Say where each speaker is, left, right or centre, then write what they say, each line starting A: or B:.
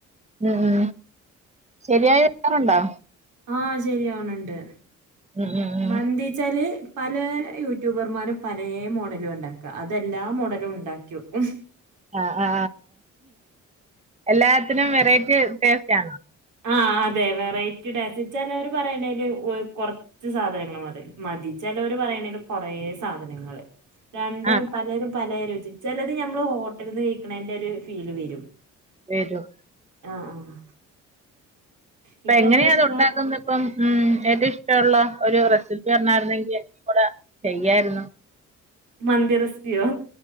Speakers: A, on the right; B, on the right.
A: ഉം ഉ ശരിയായി വെക്കറുണ്ടോ
B: ആഹ ശരിയാവുന്നുണ്ട്
A: ഉം ഉം ഉം
B: മന്തിച്ചാല് പല യൂട്യൂബർമാരും പലെ മോഡലു ഉണ്ടാക്കുക അതെല്ലാ മോഡലു ഉണ്ടാക്ക വക്കും
A: ആ ആ എല്ലാത്തിനും വെറൈറ്റി ടേസ്റ്റ് ആണ്
B: ആ അതെ വെറൈറ്റി സ്റ്റേറ്റ് ചെലര് പറയണല് കൊറ കുറച്ചു സാധനങ്ങൾ മതി ചിലര് പറയണെല് കുറേ സാധനങ്ങള് രണ്ടും
A: ആഹ്
B: പലരും പലെ രുചി ചിലത് ഞമ്മള് ഹോട്ടലിൽ നിന്ന് കഴിക്കണതിന്റെ ഒരു ഫീല് വരും
A: ഏത
B: ആഹ് ആഹ്
A: അപ്പൊ
B: എനിക്കേറ്റവും
A: എങ്ങനെയാ
B: ഇഷ്ടം
A: അത് ഉണ്ടാക്കുന്നത് ഇപ്പം ഉ ഏറ്റവും ഇഷ്ടമുള്ള ഒരു റെസിപ്പി പറഞ്ഞായിരുന്നെങ്കിൽഎനിക്കും കൂടെ ചെയ്യായിരുന്നു
B: മന്തി രസിപിയോ